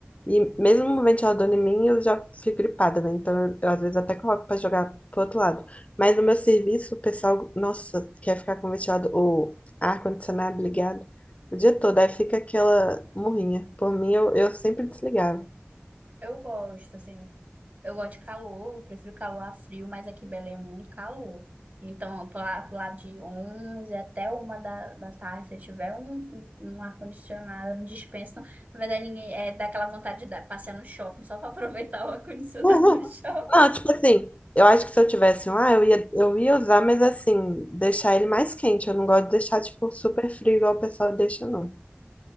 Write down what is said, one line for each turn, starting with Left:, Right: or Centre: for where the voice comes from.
Left: E mesmo um ventilador em mim, eu já fico gripada, né? Então, eu, eu, às vezes até coloco pra jogar pro outro lado. Mas no meu serviço, o pessoal, nossa, quer ficar com o ventilador, o ar-condicionado ligado o dia todo. Aí fica aquela murrinha. Por mim, eu, eu sempre desligava. <laughs>
Right: Eu gosto, assim. Eu gosto de calor, eu prefiro calor a frio, mas aqui em Belém é muito calor. Então, lá, lá pro lado de 11 até uma da, da tarde, se tiver um, um um ar-condicionado, não dispensa. não. Na verdade, ninguém é dá aquela vontade de dar- passear no shopping só para aproveitar o ar-condicionado
Left: Uhum.
Right: do shopping.
Left: Não, tipo assim, eu acho que se eu tivesse um, ah, eu ia, eu ia usar, mas assim, deixar ele mais quente. Eu não gosto de deixar, tipo, super frio igual o pessoal deixa, não.